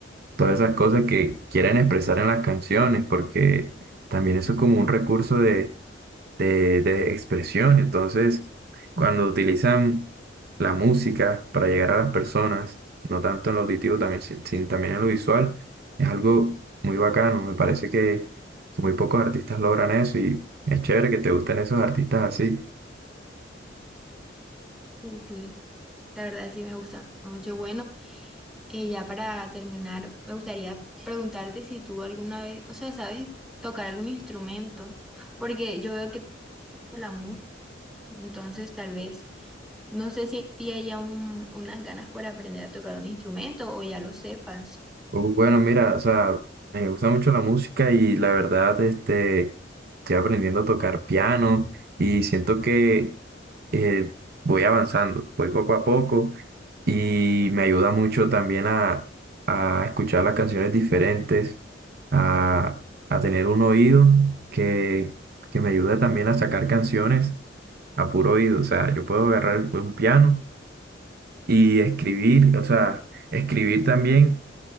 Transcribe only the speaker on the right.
todas esas cosas que quieren expresar en las canciones, porque también eso es como un recurso de, de expresión. Entonces, cuando utilizan la música para llegar a las personas, no tanto en lo auditivo, también, sin- sin- también en lo visual, es algo muy bacano. Me parece que, que muy pocos artistas logran eso y es chévere que te gusten esos artistas así.
Uh, Bueno, mira, o sea, me gusta mucho la música y la verdad, este, estoy aprendiendo a tocar piano y siento que eh, voy avanzando, voy poco a poco y me ayuda mucho también a, a escuchar las canciones diferentes, a, a tener un oído que, que me ayuda también a sacar canciones a puro oído. O sea, yo puedo agarrar un piano y escribir, o sea, escribir también